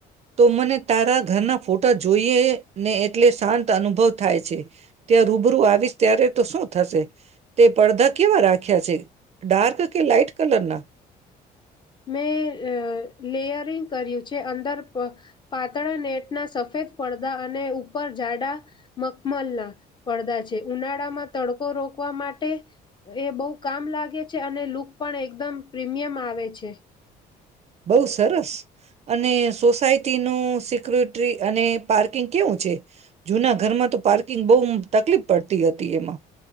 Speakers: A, on the right; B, on the left.
A: તો, મને તારા ઘરના ફોટા જોઈએ ને એટલે શાંત અનુભવ થાય છે ત્યાં રૂબરૂ આવીશ ત્યારે તો શું થશે તે પડદા કેવા રાખ્યા છે. ડાર્ક કે લાઈટ કલર ના?
B: મેં અ લેયરિંગ કર્યું છે અંદર પ પાતળા નેટ ના સફેદ પળદા અને ઉપર જાડા મખમલ ના પળદા છે ઉનાળામાં તડકો રોકવા માટે એ બહુ કામ લાગે છે અને લુક પણ એકદમ પ્રીમિયમ આવે છે. <inaudible>
A: બઉુ સરસ અને સોસાયટીનું સિક્યુરિટ્રી અને પાર્કિંગ કેવું છે? જુના ઘરમાં તો પાર્કિંગ બહુ તકલીફ પડતી હતી એમાં.